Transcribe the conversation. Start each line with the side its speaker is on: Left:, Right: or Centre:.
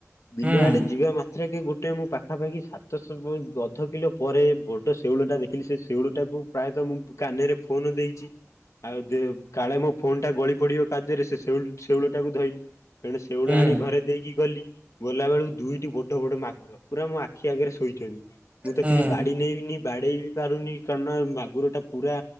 Left: ବିଲୁଆଡେ
Right: ହୁଁ
Left: ଯିବା ମା ସେଥିରେ କି ଗୋଟେ ମୁଁ ପାଖାପାଖି ସାତଶହ ଅଧ କିଲୋ ପରେ ବଡ ଶେଉଳଟା ଦେଖିଲି ସେ ଶେଉଳଟାକୁ ପ୍ରାୟତଃ ମୁଁ କାନରେ ଫୋନ ଦେଇଛି। ଆଉ କାଳେ ମୋ ଫୋନ୍ ଟା ଗଳି ପଡିବ କାଯ୍ୟରେ ସେ ସେଉ ସେେଉଳ ଟାକୁ ଧଇଲି। ତେଣୁ ସେଉଳ
Right: ହୁଁ
Left: ଆଣିକି ଘରେ ଦେଇକି ଗଲି। ଗଲା ବେଳକୁ ଦୁଇଟି ବଡ ବଡ ମାଘୁର ପୁରା ମୋ ଆଖି ଆଗରେ ଶୋଇଛନ୍ତି ମୁଁ ତ
Right: ହୁଁ
Left: କିଛି ବାଡ଼ି ନେଇବିନି ବାଡେଇ ବି ପାରୁନି କାରଣ ମାଘୁର ଟା ପୁରା